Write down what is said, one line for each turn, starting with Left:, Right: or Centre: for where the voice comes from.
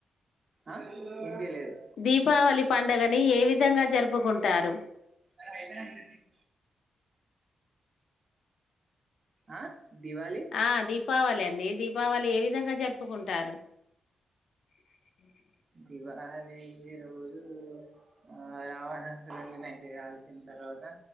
Right: ఆ తిండి లేదు
Left: దీపావళి పండగని ఏ విధంగా జరుపుకుంటారు
Right: అధయిపోయినంక తెచ్చింది ఆ దివాళి
Left: ఆ దీపావళి అండి దీపావళి ఏ విధంగా జరుపుకుంటారు <inaudible>
Right: దివాలి రోజు ఆ రావణాసురని నైట్ కాల్చిన తర్వాత